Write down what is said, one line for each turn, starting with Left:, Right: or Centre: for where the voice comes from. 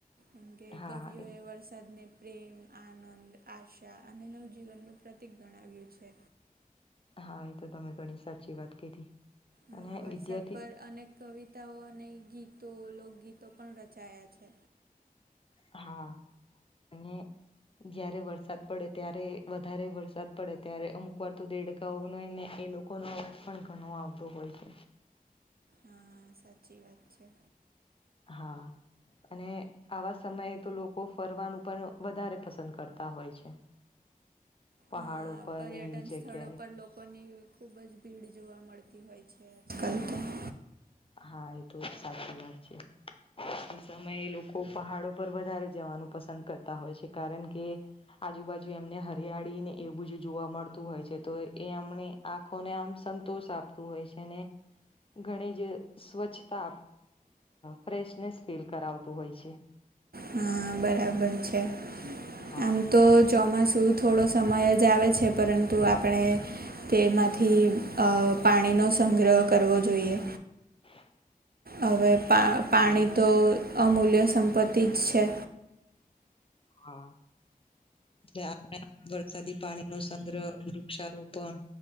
Right: અંગે
Left: હા
Right: કવિયોએ
Left: એ
Right: વર્ષાદ નેપ. પ્રેમ આનંદ આશા અને નવજીવનનું પ્રતિક ગણાવ્યું છે.
Left: હા એ તો તમે ઘણી સાચી વાત કીધી
Right: હા
Left: અને
Right: વરસાદ
Left: વિદ્યાર્થી.
Right: પર અનેક કવિતાઓ અને ગીતો લોકગીતો પણ રચાયા છે.
Left: હા અને. જય્યારે વરસાદ પડે ત્યારે વધારે વરસાદ પડે ત્યારે અમુક વાર તો દેડકાઓ ન ને એ લોકો. લોકો નો અવાજ પણ ઘણો આવતો હોય છે.
Right: હા સાચી વાત છે.
Left: હા અને. આવા સમયે તો લોકો ફરવાનું પણ વધારે પસંદ કરતા હોય છે. પહાડ
Right: હા
Left: ઉપર
Right: પર્યટન
Left: ને એવી જગ્યાએ.
Right: સ્થળો પર લોકોની. ખૂબ જ ભીડ જોવા મળતી હોય છે આજકાલ તો.
Left: હા એ તો સાચી વાત છે. સમયે લોકો પહાડો પર વધારે જવાનું પસંદ કરતા હોય છે. કારણ કે આજુબાજુ એમને હરિયાળી ને એ બુંજ જોવા મળતું હોય છે. તો એમને આંખોને આમ સંતોષ આપતું હોય છે ઘણી જ. સ્વચ્છતા ફ્રેશનેસ ફીલ કરાવતું હોય છે.
Right: હા બરાબર છે
Left: હા
Right: આમ તો. ચોમાસું થોડો સમય જ આવે છે પરંતુ આપણે તેમાંથી. પાણીનો સંગ્રહ કરવો જોઈએ.
Left: હ.
Right: હવે પા પાણી
Left: વાત છે
Right: તો અમૂલ્ય સંપત્તિ જ છે.
Left: હા. જે આપણા વરસાદી પાણી નો સંગ્રહ વૃક્ષારોપણ